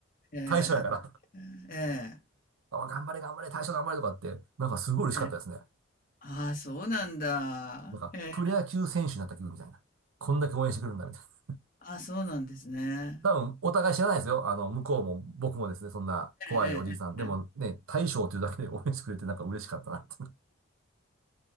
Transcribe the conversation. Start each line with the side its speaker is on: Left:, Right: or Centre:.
Left: え
Right: 大将やから。
Left: え、ええ、
Right: <laughs> あ、頑張れ、頑張れ、大将頑張れとかって、なんかすごい嬉しかったですね。
Left: ええ。ああ、そうなんだ。
Right: なんか、
Left: ええ、
Right: プロ野球選手になった気分みたいな。こんだけ応援してくれるんだ、みたいな。
Left: ああ、そうなんですね。
Right: 多分、お互い知らないですよ。あの、向こうも、僕もですね、そんな怖いおじいさん。
Left: ええ、
Right: でもね、大将というだけで応援してくれてなんか嬉しかったなって。